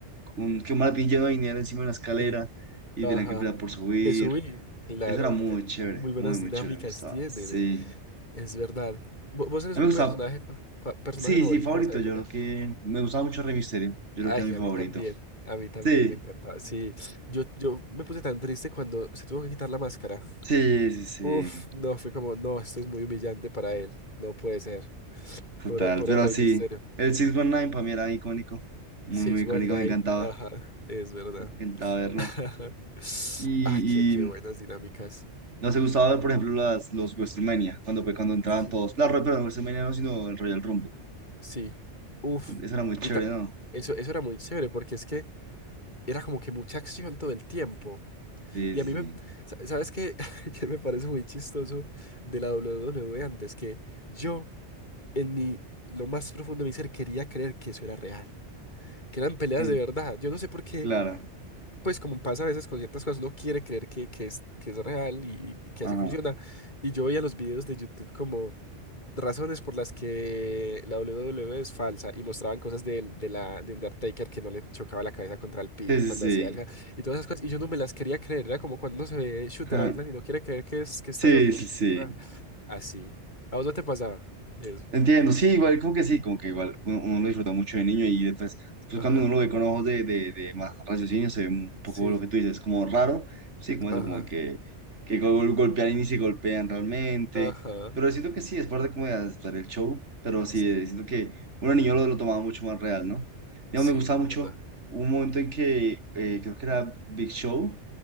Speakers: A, on the right; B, on the left.
A: un, que un maletín lleno de dinero encima de una escalera
B: Sí.
A: y
B: Ajá.
A: tenían que pelear por subir.
B: Que subir, claro.
A: Eso era muy
B: eh,
A: chévere,
B: Muy buenas
A: muy, muy
B: dinámicas
A: chévere, me gustaba.
B: tienen,
A: Sí.
B: eh, Es verdad. Vo- Vos eres
A: A
B: un
A: mí me gustaba,
B: personaje, fa- fa- personaje
A: sí,
B: favorito
A: sí, favorito,
B: de esa época.
A: yo creo que me gustaba mucho Rey Misterio, yo
B: Ay,
A: creo que era mi
B: a
A: favorito.
B: mí también. A mí también
A: Sí,
B: me encantaba. Sí, yo, yo me puse tan triste cuando se tuvo que quitar la máscara.
A: sí, sí,
B: Uf,
A: sí.
B: no, fue como, no, esto es muy humillante para él. No puede ser.
A: Total,
B: Por el, por
A: pero
B: el Rey
A: sí,
B: Misterio.
A: el 619 para mí era icónico, muy,
B: Six
A: muy icónico,
B: One Night.
A: me encantaba,
B: Ajá, es verdad.
A: me encantaba verlo.
B: <laughs>
A: Y,
B: Ah, qué, qué
A: y
B: buenas dinámicas.
A: no se gustaba ver, por ejemplo, las, los WrestleMania, cuando, fue- cuando entraban
B: Sí.
A: todos. La, Ro- perdón, WrestleMania no, sino el Royal Rumble.
B: Sí. Uf.
A: que Eso era muy chévere,
B: Y ta-
A: ¿no?
B: eso, eso era muy chévere porque es que era como que mucha acción todo el tiempo.
A: Sí,
B: Y
A: sí,
B: a mí
A: sí.
B: me... sa- ¿Sabes qué? <laughs> que me parece muy chistoso de la WWE antes? Que yo, en mi... Lo más profundo de mi ser, quería creer que eso era real. Que eran peleas
A: Mm,
B: de verdad. Yo no sé por qué
A: Claro.
B: pues como pasa a veces con ciertas cosas, uno quiere creer que, que es, que es real y, y que
A: Ajá.
B: así funciona. Y yo veía los videos de YouTube como razones por las que la WWE es falsa y mostraban cosas de de, la, de Undertaker que no le chocaba la cabeza contra el piso
A: Sí, sí,
B: cuando
A: sí.
B: hacía algo y todas esas cosas. Y yo no me las quería creer, era como cuando uno se ve Shooter
A: Ajá.
B: Island y no quiere creer que, es, que está
A: Sí,
B: loco.
A: sí, sí.
B: Ah, Así. ¿A vos no te pasaba eso?
A: Entiendo, sí, igual, como que sí, como que igual uno, uno lo disfruta mucho de niño y después, después
B: Ajá.
A: cuando uno lo ve con ojos de, de, de más raciocinio, se ve un poco
B: Sí.
A: lo que tú dices, como raro, sí, como
B: Ajá.
A: eso, como que, que gol- golpean y ni se golpean realmente,
B: Ajá.
A: pero siento que sí, es parte como de hacer el show, pero sí,
B: Sí.
A: eh, siento que uno de niño lo, lo tomaba mucho más real, ¿no? Digamos,
B: Sí,
A: me gustaba
B: es
A: mucho
B: verdad.
A: un momento en que eh, creo que era Big Show